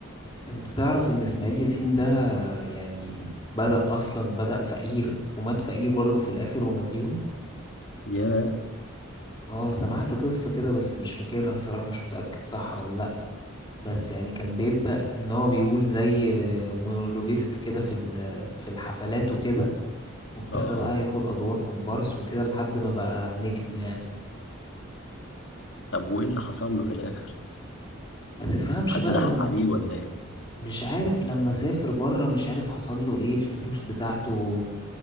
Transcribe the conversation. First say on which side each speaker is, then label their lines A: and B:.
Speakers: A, on the left; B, on the left.
A: انت تعرف ان اسماعيل ياسين ده يعني بدأ اصلا بدأ فقير ومات فقير برضه في الاخر ومديون
B: ياه
A: اه سمعت قصة كده بس مش فاكرها الصراحة مش متأكد صح ولا لأ بس يعني كان بيبدأ ان هو بيقول زي مونولوجيست كده في ال- في الحفلات وكده وابتدى
B: اه
A: بقى ياخد ادوار كومبارس وكده لحد ما بقى نجم يعني
B: طب وايه اللي حصل له في الاخر
A: ما تفهمش
B: حد
A: بقى
B: ضحك
A: لما
B: عليه ولا ايه
A: مش عارف لما سافر بره مش عارف حصل له ايه الفلوس بتاعته